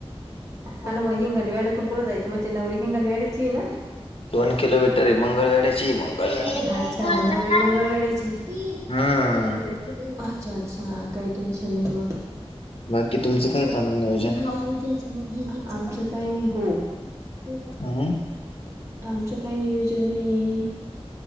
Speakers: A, on the left; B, on the right.
A: आ
B: आणि
A: म
B: मग
A: मण
B: हिंगण वेड्यातून कुठं जायचं म्हणजे नवरी हिंगण वेड्याची आहे ना
A: <unintelligible> दोन किलोमीटर आहे मंगळवेडा हम्म मंगळवेढा
B: पहिले काय कांदा काय फिर
A: हम्म
B: दोन्ही लगे अच्छा अच्छा काही टेंशन नाही मग
A: बाकी तुमचं काय चालू नियोजन?
B: खाऊथयच म <unintelligible> काही नाही हो हो का
A: हम्म
B: आमचं काय नियोजन नाही